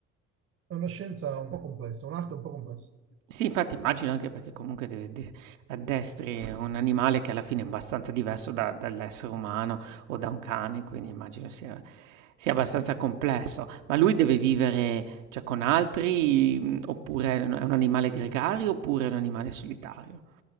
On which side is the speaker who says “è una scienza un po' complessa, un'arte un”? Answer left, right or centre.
Right